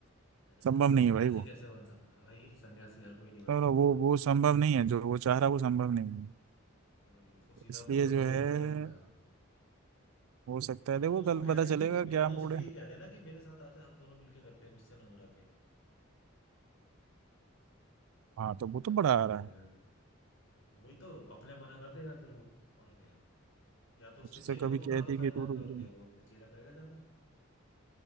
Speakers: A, on the left; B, on the right.
A: अरे
B: संभव
A: हर कोई
B: नहीं
A: सन्यासी
B: है भाई वो
A: कैसे बन सकता है भाई सन्यासी हर कोई नहीं बन
B: और
A: सकता
B: वो
A: ना
B: वो संभव नहीं है जो वो चाह रहा वो संभव नहीं है
A: वही उसको सीधा
B: इसलिए
A: बोल दो
B: जो
A: भाई
B: है
A: इतना नहीं हो पाएगा
B: हो सकता है
A: या
B: देखो
A: तो उसको
B: कल
A: कह
B: पता
A: दे
B: चलेगा
A: कि
B: क्या
A: या तो
B: मूड
A: उसको ये
B: है
A: कह दे ना कि मेरे साथ आजा हम दोनों मिलके करते हैं मुझसे ना हो रहा अकेले
B: हाँ तो
A: अपने
B: वो तो
A: आप
B: बढ़ा
A: ही मना
B: आ रहा
A: कर
B: है
A: देगा वही तो अपने आप मना कर देगा फिर वो और क्या है? या तो उसके
B: उससे
A: चेले
B: कभी
A: को पकड़ा
B: कहती
A: दो फाइल
B: कि तू
A: जाके
B: रुक
A: और
B: जा।
A: क्या है वो अपने चेला करेगा जाके